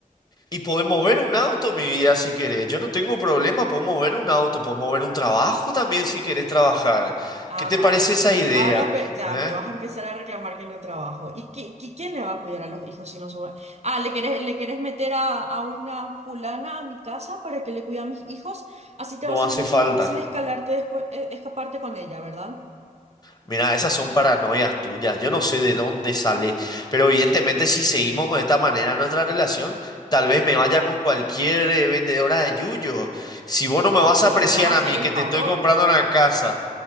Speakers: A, on the left; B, on the right.
A: Y podemos ver un auto, mi vida, si querés. Yo no tengo problema, podemos ver un auto, podemos ver un trabajo también si querés trabajar.
B: Ah,
A: ¿Qué te
B: dale.
A: parece esa idea?
B: Ahora ve- ya
A: ¿Eh?
B: me vas a empezar a reclamar que no trabajo. ¿Y qui qui quién le va a cuidar a los hijos si no son... Ah, ¿le querés, le querés meter a, a una fulana a mi casa para que le cuide a mis hijos? Así te
A: No
B: va a ser
A: hace
B: mucho
A: falta.
B: más fácil escalarte después, eh, escaparte con ella, ¿verdad?
A: Mira, esas son paranoias tuyas. Yo no sé de dónde sale, pero evidentemente si seguimos con esta manera nuestra relación, tal vez me vaya con cualquier eh, vendedora de yuyos. Si vos no me vas
B: Y
A: a apreciar
B: me vas a hacer
A: a mí,
B: el
A: que
B: favor.
A: te estoy comprando una casa.